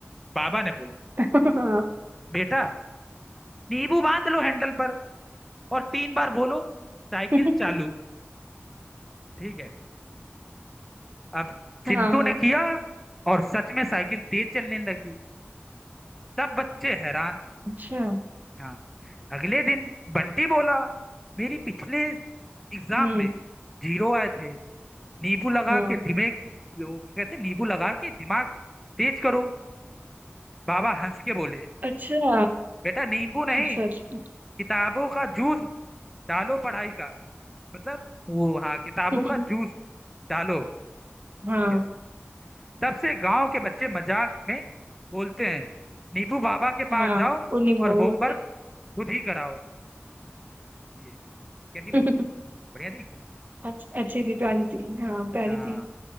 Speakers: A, in the centre; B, on the right (about 40°).
A: बाबा ने बोला
B: <laughs>
A: बेटा नींबू बांध लो हैंडल पर और तीन बार बोलो साइकिल
B: हाँ
A: चालू ठीक है अब चिंटू
B: हाँ,
A: ने किया और सच में साइकिल तेज चलने लगी सब बच्चे हैरान
B: अच्छा
A: हाँ अगले दिन बंटी बोला मेरी पिछले एग्जाम
B: हम्म
A: में जीरो आए थे नींबू लगा
B: हाँ
A: के दिमाग वो क्या कहते हैं, नींबू लगा के दिमाग तेज करो बाबा हंस के बोले
B: अच्छा
A: बेटा नींबू नहीं
B: अच्छा अच्छा
A: किताबों का जूस डालो पढ़ाई का मतलब वो हाँ किताबों
B: <laughs>
A: का जूस डालो
B: हाँ
A: ठीक है तब से गांव के बच्चे मजाक में बोलते हैं नीबू बाबा के पास
B: हाँ
A: जाओ
B: उन्हीं वो
A: और होमवर्क
B: होते
A: खुद ही कराओ ये कैसी लगी
B: हैं। <laughs>
A: बढ़िया थी
B: अच्छा अच्छी थी प्यारी थी हाँ प्यारी
A: हाँ
B: थी